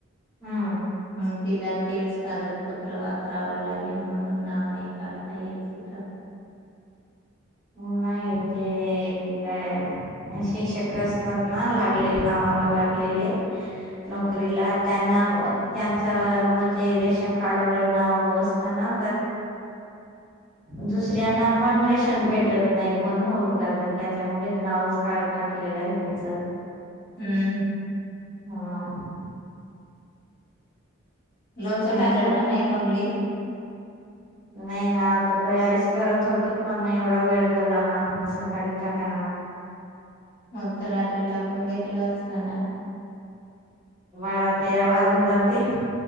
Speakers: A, in the centre; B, on the left (about 50°).
A: हम्म
B: हग तेला तेच कागदपत्र वापरावं लागेल म्हणून नाव नाही काढता येत तिचं <unintelligible> <inaudible>
A: ह नाही ज शिक्षक असतात ना लागलेले कामाला लागलेले नोकरीला त्यांना त्यांच म्हणजे रेशन कार्डवर नाव असताना दुसऱ्यांना पण रेशन भेट नाही बंद होऊन जातं त्याच्यामुळेच नावच काढून टाकलेलं आहे तिचं
B: हम्म.
A: हा
B: लोणचं
A: नाही
B: टाकलं
A: तर
B: का नाही कमली
A: नाही ना आता तयारीच करत होती पण एवढा वेळ झाला ना आता सकाळीच्या खणा
B: मगच रात्री टाकून घेतलं असताना
A: बारा तेरा वाजून जातील